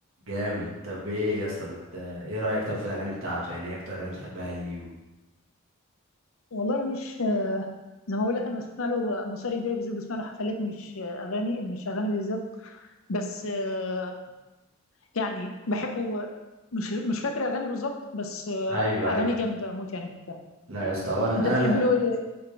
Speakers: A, on the right (about 85°); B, on the left (about 80°).
A: جامد طب ايه يا اسطى بت... ايه رايك طب في الاغاني بتاعته يعني ايه اكتر اغاني بتحبها ليه و...
B: والله مش زي ما بقول لك انا بسمع له مصاري كبيره بالذات بسمع له حفلات مش اغاني مش اغاني بالذات بس آه، يعني بحبه مش مش فاكر اغاني بالظبط بس آه،
A: ايوه
B: اغاني
A: ايوه
B: جامده موت يعني بحبها
A: لا يا اسطى هو انا
B: انت بتحب
A: انا
B: له ايه